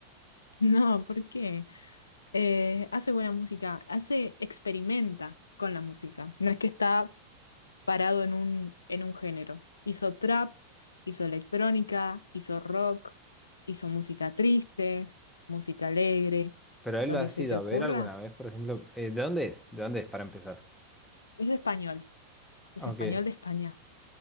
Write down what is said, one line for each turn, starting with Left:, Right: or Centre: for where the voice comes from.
Left: <laughs> No, ¿por qué? eh, hace buena música, hace, experimenta con la música. No es que está parado en un, en un género. Hizo trap, hizo electrónica, hizo rock, hizo música triste, música alegre,
Centre: Pero él
Left: lo
Centre: lo
Left: que
Centre: ha sido
Left: se te ocurra.
Centre: a ver alguna vez, por ejemplo. Eh, ¿de dónde es? ¿De dónde es para empezar?
Left: Es español, es
Centre: Ok.
Left: español de España.